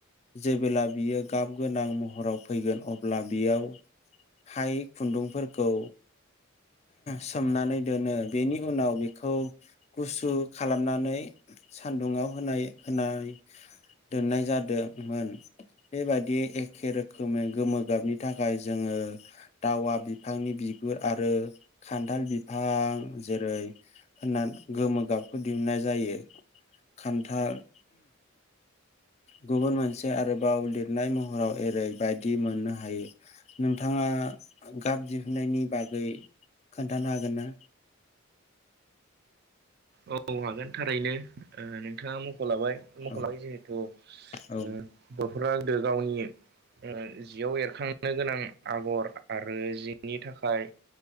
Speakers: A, on the left; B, on the right.
A: जेबोला बियो गाब गोनां महराव फैगोन अब्ला बेयावहाय खुन्दुंफोरखौ सोमनानै दोनो बेनि उनाव बेखौ गुसु खालामनानै सानदुंङाव होनाय होनाय दोननाय जादोंमोन बेबादि एखे रोखोमै गोमो गाबनि थाखाय जोङो दावा बिफांनि बिगुर आरो खान्थाल बिफां जेरै होनना गोमो गाबखौ दिहुननाय जायो खानथाल गुबुन मोनसे आरोबाव लिरनाय महराव एरै बायदि मोननो हायो। नोंथाङा गाब दिहुननायनि बागै खोन्थानो हागोन ना?
B: औ हागोन थारैनो ओ नोंथाङा मख' लाबाय। मख'लांबाय
A: औ
B: जिहेथु ओ
A: औ
B: <unintelligible> गुफुरा गोदो गावनि उम जियाव एरखां <unintelligible> नो गोनां आगर आरो जिनि थाखाय